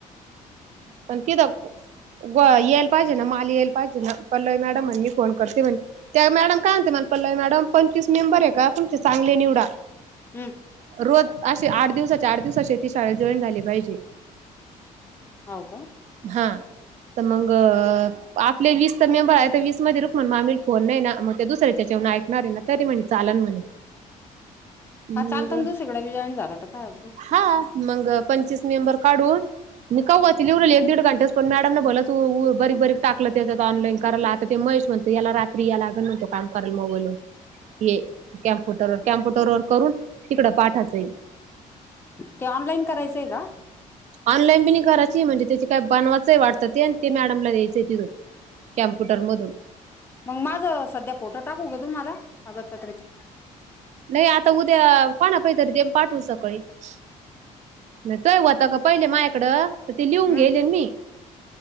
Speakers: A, on the right; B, on the left.
A: पण तिथं याल पाहिजे ना माल येल पाहिजे ना पल्लवी मॅडम म्ह फोन करते म्हणे त्या मॅडम काय म्हणते मला पल्लवी मॅडम पंचवीस मेंबर हाय का तुमचं सांगली निवडा
B: हं,
A: रोज अस आठ दिवसाचे आठ दिवसाचेत शाळेत जॉईन झाली पाहिजे
B: हो का
A: हा तर मग आपले वीस तर मेंबर आहे तर वीस मध्ये रुक्मिणी मामीला फोन नाही ना मग त्या दुसऱ्याच्या हेच्यावण ऐकणार आहे ना तरी म्हणे चालन म्हणे
B: हा
A: मग
B: चालतं ना दुसरीकडे बी जॉईन झाला तर काय होतं
A: हा मग पंचवीस मेंबर काढून म कवाची लिहवलेली एक दीड घंटेच पण मॅडम न बोललं तू बरीक बारीक टाकलं ते ऑनलाईन करायला आता ते महेश म्हणत याला रात्री या लागेल म्हणतो काम कराल मोबाईल ववर ये कॅम्प्युटर व कॅम्प्युटर वर करून तिकड पाठाचं आहे
B: ते ऑनलाइन करायचंय का
A: ऑनलाईन बि करायची म्हणजे त्या काय बनवायचंही वाटतं ते आणि ते मॅडमला द्यायचंय तिथून कॅम्प्युटर मधून
B: मग माझं सध्या फोटो टाकू का तुम्हाला कागदपत्राचे
A: नाही आता उद्या पाणा काहीतरी ते पाठवू शकत नाही तो होता का पहिले मा्याकडं तर ते लिहून
B: हं,
A: घेले मी